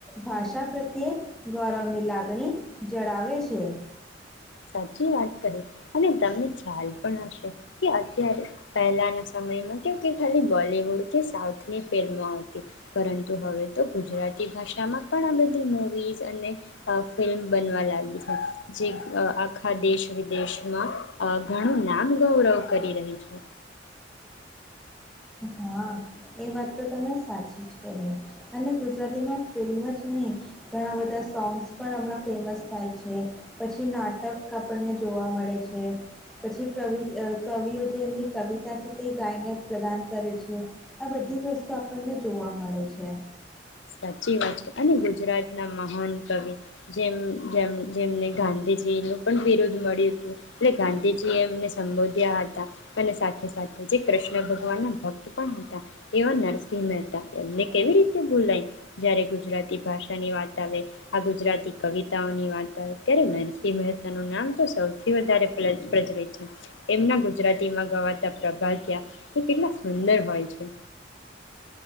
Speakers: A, in the centre; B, on the left (about 80°).
A: ભાષા પ્રત્યે ગૌરવની લાગણી જડાવે છે.
B: સાચી વાત કહી. અને તમને ખ્યાલ પણ હશે કે અત્યારે પહેલાના સમયમાં કે કે ખાલી બોલીવુડ કે સાઉથની ફિલ્મો હતી. પરંતુ હવે તો ગુજરાતી ભાષામાં પણ આ બધી મુવીઝ અને અ ફિલ્મ બનવા લાગી છે. જે અ આખા દેશ વિદેશમાં અ ઘણું નામ ગૌરવ કરી રહી છે.
A: હા, એ વાત તો તમે સાચી જ કહી. અને ગુજરાતીમાં ફિલ્મ જ નહીં ઘણા બધા સોંગ્સ પણ હમણાં ફેમસ થાય છે. પછી નાટક આપણને જોવા મળે છે. પછી કવિ અ કવિઓ જે એમની કવિતા છે તે ગાયને પ્રદાન કરે છે. આ બધી જ વસ્તુ આપણને જોવા મળે છે.
B: સાચી વાત છે અને ગુજરાતના મહાન કવિ જેમ જેમ જેમને ગાંધીજીનું પણ બિરૂદ મળ્યું તું. એટલે ગાંધીજીએ એમને સંબોધ્યા હતા. અને સાથે સાથે જે ક્રષ્ન ભગવાનના ભક્ત પણ હતા. એવા નરસિંહ મેહતા એમને કેવી રીતે ભૂલાય? જ્યારે ગુજરાતી ભાષાની વાત આવે, આ ગુજરાતી કવિતાઓની વાત આવે, ત્યારે નરસિંહ મહેતાનું નામ તો સૌથી વધારે પ્રચ પ્રચલિત છે. એમના ગુજરાતીમાં ગવાતા પ્રભાત્યા એ કેટલા સુંદર હોય છે.